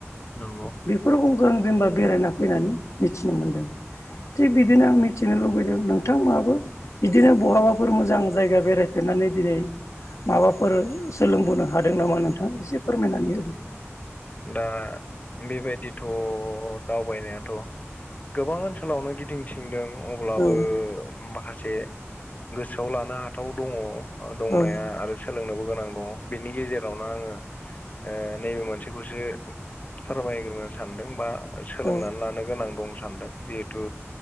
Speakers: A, on the left (about 35°); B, on the left (about 80°).
A: नंगौ
B: बेफोरखौ आं जेनेबा बेरायना फैनानै मिथिनो मोनदों थिग बिदिनो
A: उम
B: आं मिथिनो लुबै- लुबैदों नोंथांमोनाबो बिदिनो बहाबाफोर मोजां जायगा बेरायफेरनानै दिनै माबाफोर सोलोंबोनो हादों नामा आं नोंथां एसे फोरमायनानै होदो।
A: दा बेबायदिथ' दावबायनायाथ' गोबां ओनसोलावनो गिदिर <unintelligible> दों अब्लाबो
B: औ
A: माखासे गोसोआव लानो हाथाव दङ दंनाया
B: औ
A: आरो सोलोंनोबो गोनां दङ बेनि गेजेरावनो आङो ओ नैबे मोनसे खौसो फोरमायग्रो सानदों बा सोलोंनानै
B: औ
A: लानो नो गोनां दं सानदों जिहेथु